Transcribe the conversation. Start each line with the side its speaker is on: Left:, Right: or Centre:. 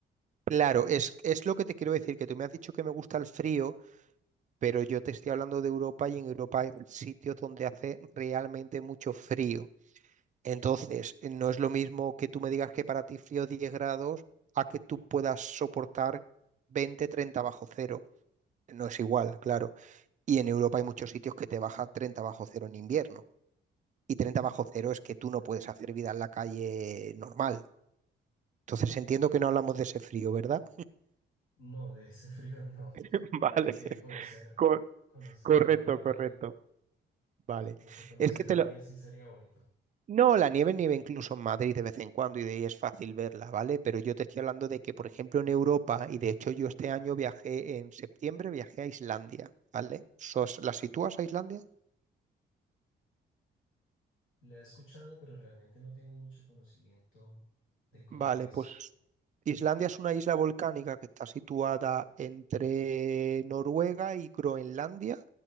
Right: Claro, es, es lo que te quiero decir, que tú me has dicho que me gusta el frío, pero yo te estoy hablando de Europa y en Europa hay sitios donde hace realmente mucho frío. Entonces, no es lo mismo que tú me digas que para ti frío 10 grados a que tú puedas soportar 20, 30 bajo cero. No es igual, claro. Y en Europa hay muchos sitios que te baja 30 bajo cero en invierno. Y 30 bajo cero es que tú no puedes hacer vida en la calle normal. Entonces, entiendo que no hablamos de ese frío, ¿verdad?
Left: No, de ese frío no. <laughs>
Right: <laughs> Vale,
Left: Aunque conocer,
Right: co-
Left: conocer
Right: correcto,
Left: la nieve,
Right: correcto. Vale.
Left: aunque conocer
Right: Es que
Left: la
Right: te
Left: nieve
Right: lo...
Left: sí sería bonito.
Right: No, la nieve nieve incluso en Madrid de vez en cuando y de ahí es fácil verla, ¿vale? Pero yo te estoy hablando de que, por ejemplo, en Europa, y de hecho yo este año viajé, en septiembre viajé a Islandia, ¿vale? ¿Sos- ¿La sitúas a Islandia?
Left: La he escuchado, pero realmente no tengo mucho conocimiento de cómo
Right: Vale,
Left: es.
Right: pues Islandia es una isla volcánica que está situada entre Noruega y Groenlandia